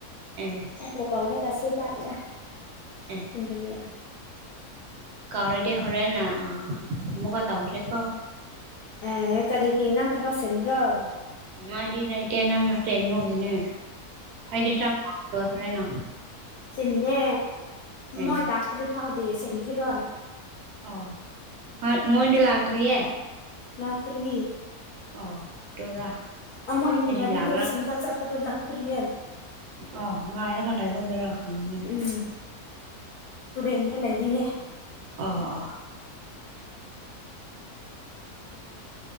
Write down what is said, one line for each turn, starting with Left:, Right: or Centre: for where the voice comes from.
Right: ꯑꯦ
Left: ꯑ ꯇꯣ ꯀꯥꯎꯗ ꯀꯁꯤꯦ ꯂꯑꯂ ꯍ
Right: ꯑꯦ ꯀꯥꯎꯔꯦꯗꯤ ꯍꯔꯦꯅ ꯑꯥ ꯑꯃꯨꯛꯀ ꯇꯧꯁꯦꯀꯣ
Left: ꯑꯦ ꯀꯔꯤꯒꯤ ꯅꯪ ꯊꯕꯛ ꯁꯤꯕ꯭ꯔꯣ
Right: ꯎ ꯑꯩꯗꯤꯥꯏꯇꯦ ꯅꯪꯅ ꯆꯦꯟꯕꯒꯤꯅꯦ ꯑꯩꯗꯤ ꯆꯈ꯭ꯔꯦꯅ
Left: ꯁꯤꯤꯟꯗꯦ
Right: ꯑꯦ
Left: ꯃꯣꯏ ꯂꯥꯛꯇ꯭ꯔꯤ ꯐꯥꯎꯗꯤ ꯁꯤꯟꯈꯤꯔꯣꯏ
Right: ꯑꯣ ꯃ ꯃꯣꯏꯟ ꯂ ꯂꯥꯛꯇ꯭ꯔꯤꯌꯦ
Left: ꯔꯇꯔꯤ
Right: ꯑꯣ ꯑꯗꯨꯔꯥ
Left: ꯑꯃꯥꯏꯒꯒꯥꯔꯤꯗ
Right: ꯑꯩꯗꯤ ꯂꯥꯛꯂ
Left: ꯁꯤꯁꯤꯡꯕ ꯁꯥꯇꯗ ꯂꯥꯛꯇꯔꯤꯌꯦ
Right: ꯑ ꯉꯥꯏꯔ ꯀꯟꯗꯥꯥꯏꯕꯒꯔ ꯈꯅꯦ
Left: ꯎꯝ ꯇꯨꯔꯦꯟꯗ ꯂꯩꯔꯤꯌꯦ
Right: ꯑꯣ ꯑꯣ